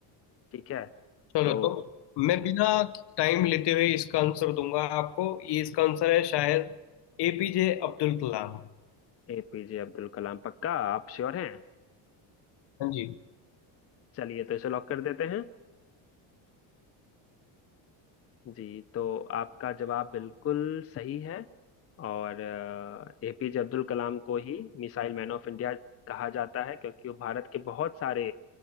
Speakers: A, on the left; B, on the left.
A: ठीक है
B: चलो
A: तो
B: तो मैं बिना टाइम लेते हुए इसका आंसर दूंगा आपको ये इसका आंसर है शायद एपीजे अब्दुल कलाम
A: एपीजे अब्दुल कलाम पक्का आप श्योर हैं
B: हाँ जी
A: चलिए तो इसे लॉक कर देते हैं जी तो आपका जवाब बिल्कुल सही है और एपीजे अब्दुल कलाम को ही मिसाइल मैन ऑफ इंडिया कहा जाता है क्योंकि वो भारत के बहुत सारे